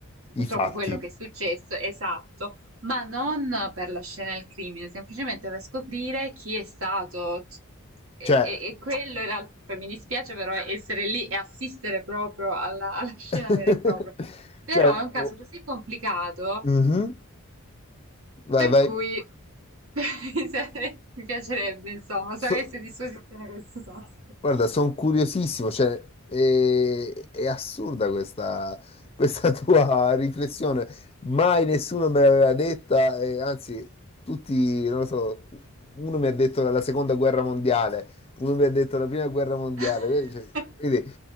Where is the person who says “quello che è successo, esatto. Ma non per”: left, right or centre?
Right